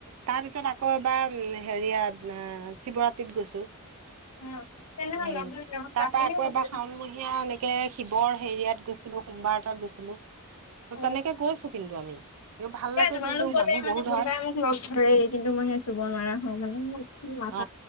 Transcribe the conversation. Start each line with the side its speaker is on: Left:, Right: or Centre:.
Right: তাৰ পিছত আকৌ এবাৰ ম হেৰিয়াত শিৱৰাতিত গৈছো।
Left: অ তেনেহলে
Right: উম
Left: লগ ধৰিলে মই
Right: তাৰ
Left: যাম
Right: পৰাা
Left: বুলিয়ে
Right: আকৌ
Left: ক'লো
Right: এবাৰ শাওণমহীয়া মেক শিৱৰ হেৰিয়াত গৈছিলো সোমবাৰ এটাত গৈছিলো
Left: অ
Right: তেনেকে গৈছো কিন্তু আমি ভাল লাগে
Left: এ তোমালোক
Right: কিন্তু
Left: গলে
Right: মানুহ
Left: মানে
Right: বহুত
Left: যোনবাই
Right: হয়
Left: মোক লগ ধৰেই কিন্তু মই সে চুব নোৱাৰা হও মানে ম
Right: অ